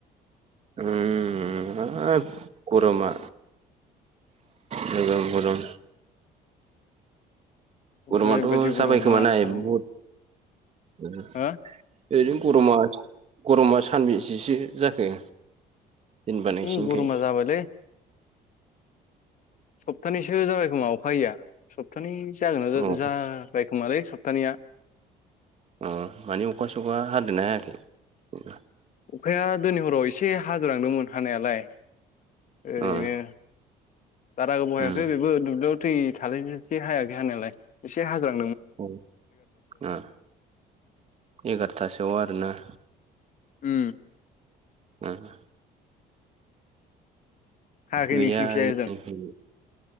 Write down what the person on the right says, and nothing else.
उम आ गरमा गोगोम गरम
गरमाथ'
जाबाय
खोमा ना
बहुद। <unintelligible>
ओरैनो गरमा गरमा सानबेसेसो जाखो? जेनेबा
नोंसिनिखै
अ
अ मानिे अखा सखा हादेरनो हायाखि जब
अ
उम
औ आ एगारथासोआव आरोना?
आ बुंथिगिरिनि जेबो खोनानो मोननाय जायाखै
गैया
जोंथिं